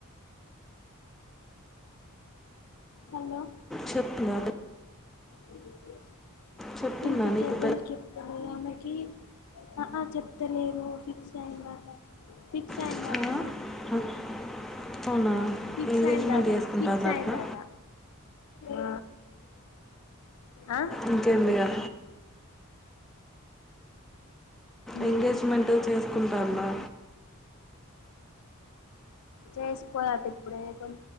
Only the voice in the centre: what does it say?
చెప్పులా
చెప్పిందా
నీకు
పెళ్ళామే అవునా
ఎంగేజ్మెంట్
చేసుకుంటుందటనా
ఇంకెందుగా
ఎంగేజ్మెంట్ చేసుకుంటామా